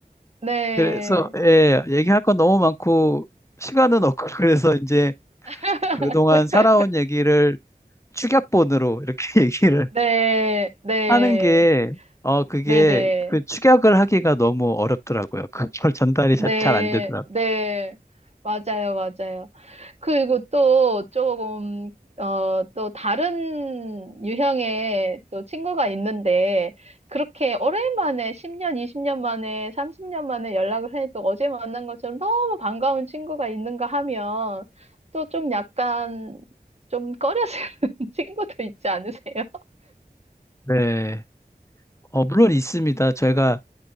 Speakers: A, on the right (about 45°); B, on the left (about 20°).
A: 네,
B: 그래서, 예, 얘기할 건 너무 많고 시간은 없고 <laughs> 그래서 이제
A: <laughs>
B: 그동안 살아온 얘기를 축약본으로 이렇게 <laughs> 얘기를
A: 네, 네,
B: 하는 게, 어, 그게
A: 네네.
B: 그 축약을 하기가 너무 어렵더라고요. <laughs> 그걸 전달이
A: 네,
B: 잘 안 되더라고요.
A: 네, 맞아요, 맞아요. 그리고 또 조금, 어, 또 다른 유형의 또 친구가 있는데, 그렇게 오랜만에 10년, 20년 만에, 30년 만에 연락을 해도 어제 만난 것처럼 너무 반가운 친구가 있는가 하면, 또 좀 약간, 좀 꺼려지는 <laughs> 친구도 있지 않으세요?
B: 네. 어, 물론 있습니다. 저희가